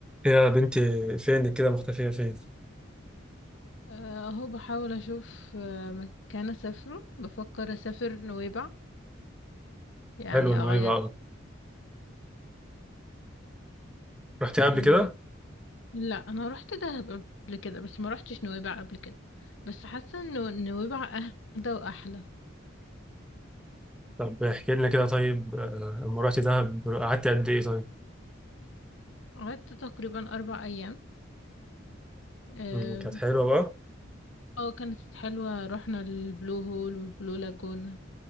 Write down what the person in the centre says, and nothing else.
يا بنتي فين كده مختفية فين؟
حلوة نويبع
أوي رحتي قبل
كده؟
طب احكي لنا كده طيب آه، لما رحتي دهب قعدتي قد إيه طيب؟
مم، كانت حلوة بقى؟